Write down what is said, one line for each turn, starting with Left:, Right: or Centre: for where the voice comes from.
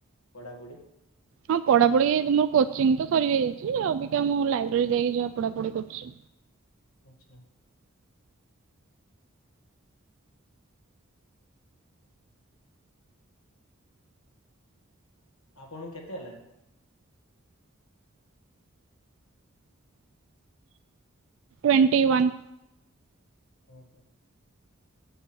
Left: ପଢା଼ପୁଢି଼।
Right: ହଁ ପଢାପଢି ମର କୋଚିଂ ତ ସରି ଯାଇଛି ଅବିକା ମୁଁ ଲାଇବ୍ରେରୀ ଯାଇକି ଯାହା ପଢାପଢି କରୁଛି।
Left: ଆଚ୍ଛା। ଆପଣଙ୍କୁ କେତେ ହେଲାଣି।
Right: Twenty one.
Left: ଓ ହୋ।